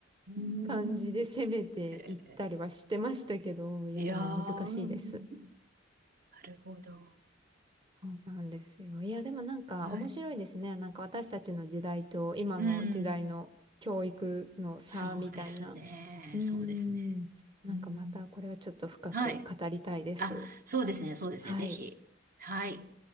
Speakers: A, on the right (about 45°); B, on the right (about 25°).
A: うん。
B: 感じで攻めていったりはしてましたけど、
A: うんへえ
B: いや、
A: いやー、
B: でも難しいです。
A: うん。うんなるほど。
B: そうなんですよ。いや、でもなんか面白いですね。
A: はい。
B: なんか私たちの時代と今の時代の教育の差みたいな。
A: うん、そうですね。
B: うーん。
A: そうですね。
B: なんかまたこれはちょっと深く語りたいです。
A: うん、はい。あ、そうですね。そうですね。
B: はい。
A: ぜひ。はい。